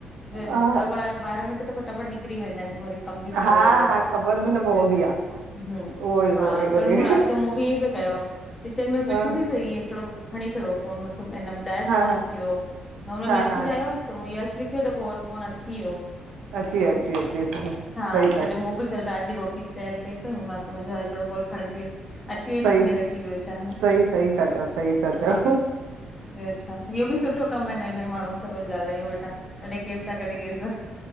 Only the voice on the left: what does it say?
ॿियो
छा ॾह बार ॿारहां मिंट त फटाफट निकिरी वेंदा आहिनि वरी कम बि थ वियो
पंहिंजो
<unintelligible> छाा
हमम
हा
कल मूं
राति जो मूं बि ईअं पिया कयो किचन में बिठी
बिई सही ऐ हिकिड़ो खणी छॾो फोन हिन में डाइरेक्ट
फोन
अची वियो हुनो
मैसेज
आयो त मूं यस लिखियो त पोइ फोन अची वियो
त
<unintelligible> हा
तॾहिं
मूं बि कल रात जी रोटी जी तयारी कई <unintelligible> मुंहिंजो ह हिकिड़ो कोल खणजी व अची वई
त खणी रखी बियो छा
ह <unintelligible> इहो बि सुठो कमु आहे नए नए माण्हू सां रोज़ ॻाल्हाइयो वठा कॾहिं कहिंसा कॾहिं कहिंसा